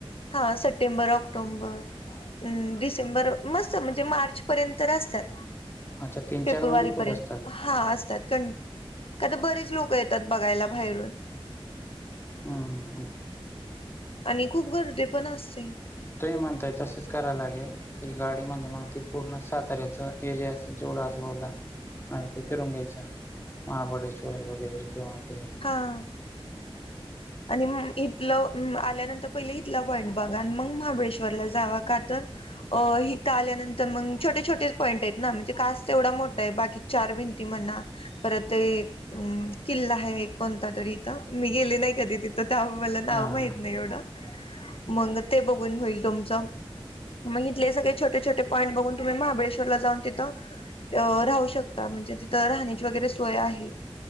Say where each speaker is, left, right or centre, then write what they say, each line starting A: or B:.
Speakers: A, on the left (about 70°); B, on the left (about 25°).
A: हा सप्टेंबर ऑक्- टोम्बर, डिसेंबर मस्त म्हणजे मार्च पर्यंत तर असतात.
B: अच्छा तीन
A: फेब्रुवारी
B: चार महिने खुले
A: पर्यंत
B: असतात.
A: अह. हा असतात, कण का तर बरेच लोक येतात बघायला बाहेरून.
B: अं हं हं.
A: आणि खूप गर्दीे पण असते.
B: तुम्ही म्हणताय तसच कराय लागेल. ती गाडी म्हणजे मग ती पूर्ण साताऱ्याच एरियाच जेवढ आजबावला आणि ते फिरून घ्यायचं, महाबळेश्वर वगैरे किंवा ते
A: हां. आणि मग इथलं आल्यानंतर पहिले इथला पॉईंट बघा आणि मग महाबळेश्वरला जावा. का तर अ हिथं आल्यानंतर मग छोटे छोटेच पॉईंट आहेत ना, म्हणजे कास तेवढा मोठा आहे बाकी चार भिंती म्हणा. परत ते अ किल्ला आहे एक कोणतातरी इथं, मी गेले नाही. कधी तिथं त्या मला
B: हा
A: नाव माहित
B: हा
A: नाही एवढं. मग ते बघून होईल तुमचं. मग इथले सगळे छोटेछोटे पॉईंट बघून तुम्ही महाबळेश्वरला जाऊन तिथं अ राहू शकता, म्हणजे तिथं राहण्याची वगैरे सोय आहे.